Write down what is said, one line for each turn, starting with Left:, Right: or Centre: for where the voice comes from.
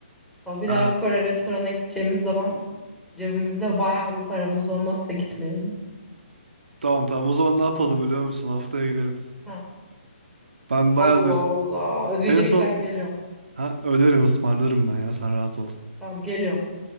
Centre: Ama Bir
Right: Ha,
Centre: dahaki Kore restoranına gideceğimiz zaman Cebimizde bayağı bir paramız olmazsa gitmeyelim.
Right: tamam tamam o zaman ne yapalım biliyor musun? Haftaya gidelim.
Centre: Ha.
Right: Ben
Centre: Allah
Right: bayağıdır
Centre: Allah. Ödeyeceksen
Right: en son...
Centre: geliyorum.
Right: Ha, öderim ısmarlarım ben ya sen rahat ol.
Centre: Tamam geliyorum.